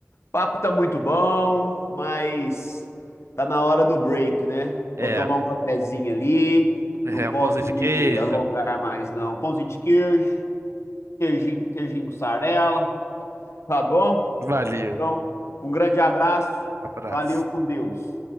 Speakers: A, on the left (about 70°); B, on the right (about 70°).
A: papo tá muito bom, mas tá na hora do break, né?
B: É.
A: Vou tomar um cafezinho ali.
B: É,
A: Não posso
B: um pãozinho de
A: me
B: queijo.
A: alongar mais, não. Pãozinho de queijo, queijinho, queijinho mussarela, tá bom?
B: Valeu.
A: Então, um grande abraço.
B: Abraço.
A: Valeu com Deus.